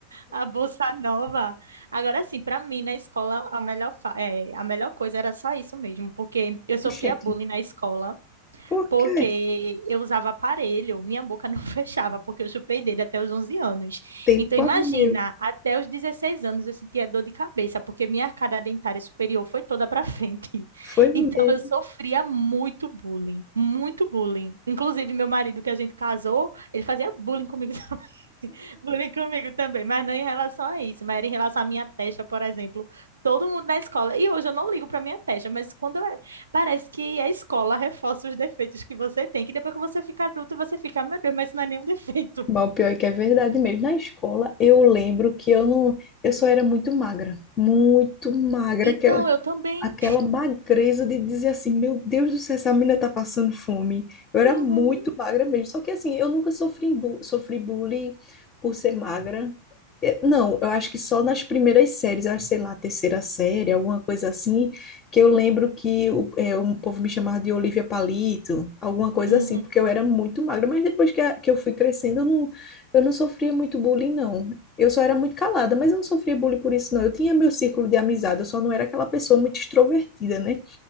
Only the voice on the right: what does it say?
a bolsa nova. Agora sim, para mim na escola a melhor fa- é, a melhor coisa era só isso mesmo, porque eu sofria
bullying na escola
porque
eu usava aparelho, minha boca não <laughs> fechava, porque eu chupei dele até os 11 anos.
Então, imagina,
até os 16 anos eu sentia dor de cabeça, porque minha arcada dentária superior foi toda para frente. <laughs>
Então, eu sofria muito bullying, muito bullying. Inclusive, meu marido, que a gente casou, ele fazia bullying comigo <laughs> também. Bullying comigo também, mas não em relação a isso, mas era em relação à minha testa, por exemplo. Todo mundo na escola. E hoje eu não ligo para minha testa, mas quando eu Parece que a escola reforça os defeitos que você tem, que depois que você fica adulto, você fica, "Ah, meu Deus, mas isso não é nenhum defeito.
<laughs>
Então,
eu também.
Uhum,
uhum,